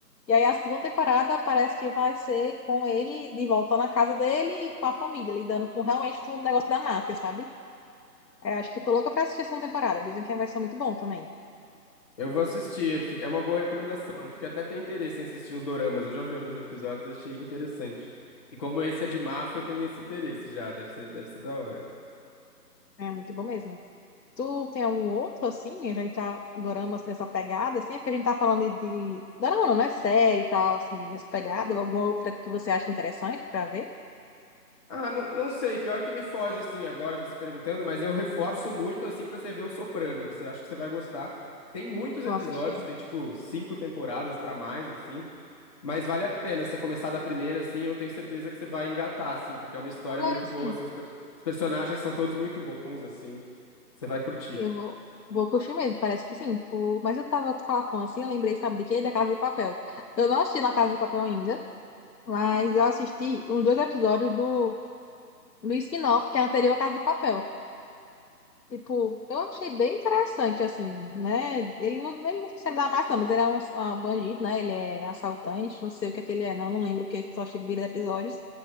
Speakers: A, on the left; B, on the left.
A: E aí a segunda temporada parece que vai ser com ele de volta na casa dele e com a família, lidando com realmente com o negócio da máfia, sabe? É, acho que eu tô louca pra assistir a segunda temporada. Dizem que vai ser muito bom também.
B: Eu vou assistir, fi- é uma boa recomendação, porque até tem interesse em assistir uns doramas. Eu já vi alguns episódios e achei interessante. E como esse é de máfia, eu tenho esse interesse já, deve ser, deve ser da hora.
A: É muito bom mesmo. Tu tem algum outro, assim? A gente tá dorama assim, nessa pegada, assim? É porque a gente tá falando de... Dorama não, não é série e tal, assim, nessa pegada. ou Alguma outra que você acha interessante pra ver?
B: Ah, não, não sei, pior que me foge assim agora você perguntando, mas eu reforço muito assim pra você ver o Sopranos. Eu acho que você vai gostar. Tem muitos
A: Vou
B: episódios,
A: assistir.
B: tem tipo cinco temporadas pra mais assim, mas vale a pena você começar da primeira assim, eu tenho certeza que você vai engatar assim, porque é uma história
A: Agora,
B: muito
A: sim,
B: boa assim, os, per- os personagens são todos muito bons assim. Você vai curtir.
A: eu vou, vou curtir mesmo, parece que sim. Por... Mas eu tava tu falando assim, eu lembrei, sabe de quê? Da Casa de Papel. Eu não assisti La Casa de Papel ainda, mas eu assisti uns dois episódios do, do spin-off, que é anterior à Casa de Papel. Tipo, eu achei bem interessante, assim, né? Ele não, ele não sei se ele dá mais, não, mas ele é um, um bandido, né? Ele é assaltante, não sei o que é que ele é, não, não lembro o que, só achei vira episódios.